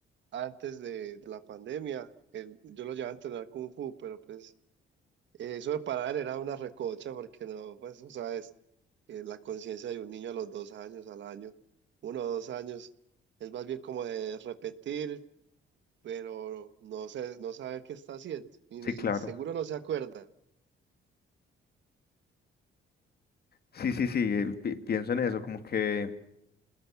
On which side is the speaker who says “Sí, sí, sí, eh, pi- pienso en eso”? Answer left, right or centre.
Left